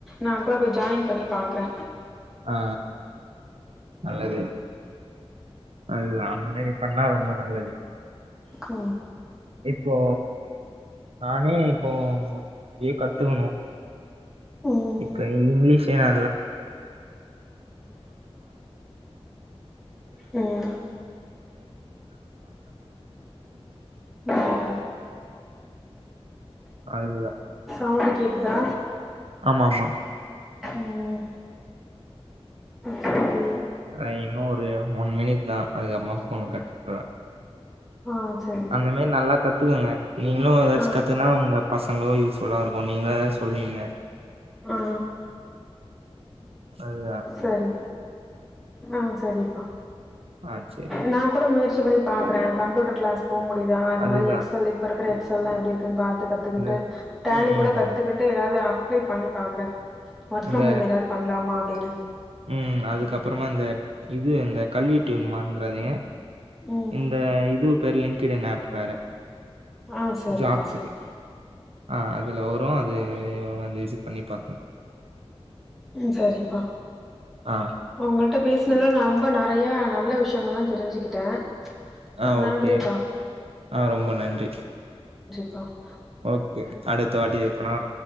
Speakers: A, in the centre; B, on the right.
A: நா கூட போய் ஜாயின் பண்ணி பாக்குற
B: ஆ ஆ நல்லது அது அந்த மேரி பண்ணா ரொம் ம்ப நல்லது
A: ஹோ
B: இப்போ நானே இப்போ மொத் நறிய கத்துக்கணோ
A: ம்
B: இப்ப இங்கிலீஷ் ஏனா
A: ம் ம்
B: அதுதா
A: அவன்ட கேக்குதா
B: ஆமா மா
A: ம் சரி
B: அதா இன்னோரு ஒன் மினிட் தா அதுக்கப்றமா ஃபோன கட்பன்னுவ
A: ஆ சரிப்பா
B: அந்த மேரி நல்லா கத்துக்கங்க நீங்களு ஏதாச்சு
A: ஆ
B: கத்துனா உங்க பசங்களு யூஸ் புல்லா இருக்கோ நீங்களா ஏதாச் சொல்வீங்க
A: ஆ
B: அதுதா
A: சரி ஆ சரிங்ப்பா
B: ஆ சேரி
A: நா கூட முயற்சி பண்ணி பாக்குற கம்ப்யூட்டர் கிளாஸ் போ முடியுதா அது
B: அதுதா
A: மாரி எக்ஸ் எல் இப்ப இர்க்குற எக்ஸ் எல்லா எப்டி இருக்குனு பாத் கத்துகிட்டு
B: இந்த
A: டேலி
B: ம் ம்
A: கூட கத்துகிட்டு
B: ம்
A: எதாவது அப் அப்ளை பண்ணி பாக்ற ஒர்க்
B: இந்த
A: ஃபரம் ஹோம் ஏதாவது பண்லாமா அப்டினு
B: ம் அதுக்கப்றமா இந்த இது இந்த கல்வி டியூன்மறந்ராதீங்க
A: ம்
B: இந்த இது பேரு லிங்க்டு இன் ஆப் வேற
A: ஆ சரிப்பா
B: ஜாப்க்கு
A: சரிப்பா
B: ஆ அதுல வரு அது வந்து இது பண்ணி பாத்த
A: ம் சரிபா
B: ஆ
A: அவங்கள்ட பேசினதுல நா நொம்ப நா நெறையா நல்ல விஷ்யங்கள்லா தெரிஞ்சுக்கிட்டே ஆ
B: ஆஹ்
A: நன்றிப்பா
B: ஓகே ஆஹ் ரொம்ப நன்றி
A: ஆஹ்
B: ஓகே அடுத்த வாட்டி எப்பனா